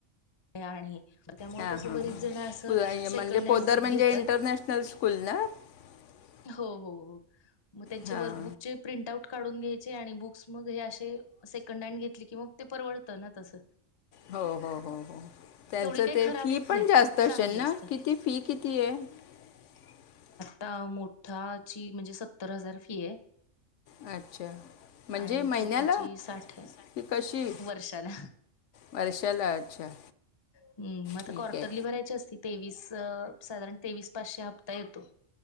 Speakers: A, on the left; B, on the left.
A: आणि
B: हा
A: कसं
B: हा
A: बरीच
B: हा
A: जण असं सेकंड
B: म्हणजे पोदर
A: हँड बुक
B: म्हणजे
A: घेतात.
B: इंटरनॅशनल स्कूल ना. <unintelligible>
A: हो हो हो मग त्यांचे
B: हां
A: वर्कबुक चे प्रिंटउट काढून घ्याय आणि बुक्स मग हे असे सेकंड हड घेतले की मग ते परवडतं ना तस
B: हो हो हो हो त्यांचं
A: काही
B: ते
A: खराब
B: फी
A: होत
B: पण
A: नाहीत
B: जास्त
A: खूप
B: असेल
A: चांगली
B: ना
A: असतात.
B: किती फी किती आहे. <unintelligible>
A: ता मोठाची म्हणजे सत्तर हजार फी आहे.
B: अच्छा म्हणजे
A: आणि
B: महिन्याला
A: छोट्याची साठ
B: की कशी
A: वर्षाला.
B: वर्षाला अच्छा.
A: हम् मग आता
B: ठीक
A: क्वर््टरली
B: आहे
A: भरायची असती तेवीस साधारण तेवीस पाचशे हप्ता येतो